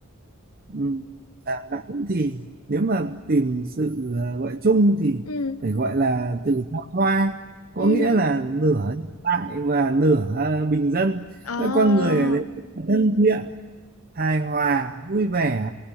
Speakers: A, on the right (about 40°); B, on the left (about 80°).
A: Ừm, Đà Nẵng thì nếu mà tìm sự ờ, gọi chung thì
B: Ừ.
A: phải gọi là từ thăng hoa có
B: Ừ.
A: nghĩa
B: hứ.
A: là nửa hiện đại và nửa ờ, bình dân
B: Ờ.
A: các con người ở đấy rất là thân thiện hài hòa vui vẻ